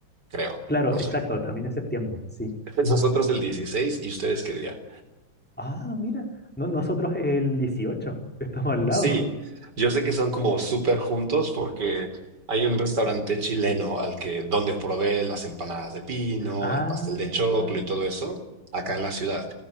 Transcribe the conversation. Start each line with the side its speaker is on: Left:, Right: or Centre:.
Right: creo,
Centre: Claro,
Right: no sé.
Centre: exacto, también en septiembre, sí.
Right: <laughs> Nosotros el 16 y ustedes qué día?
Centre: Ah, mira, no, nosotros el dieciocho estamos al lado.
Right: Sí, yo sé que son como súper juntos porque hay un restaurante chileno al que donde probé las empanadas de pino,
Centre: Ah.
Right: el pastel de choclo y todo eso acá en la ciudad.